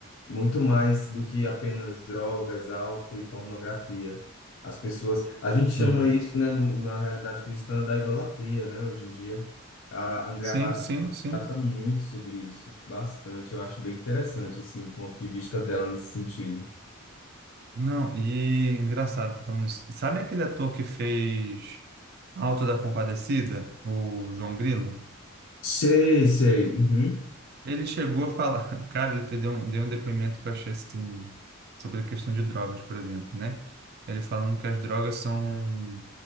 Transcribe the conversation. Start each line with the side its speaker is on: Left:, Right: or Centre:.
Left: muito mais do que apenas drogas, álcool e pornografia. As pessoas, a gente chama
Right: uhum.
Left: isso, né, no- na realidade cristã da idolatria, né, hoje em dia. A Andrea
Right: Sim,
Left: Vargas
Right: sim, sim.
Left: trata muito sobre isso, bastante. Eu acho bem interessante assim o ponto de vista dela nesse sentido.
Right: Não, e engraçado, você tá falando isso. Sabe aquele ator que fez Auto da Compadecida, o João Grilo?
Left: Sei, sei. Uhum.
Right: Ele chegou a falar, <laughs> cara, ele deu um, deu um depoimento que eu achei assim, sobre a questão de drogas, por exemplo, né? Ele falando que as drogas são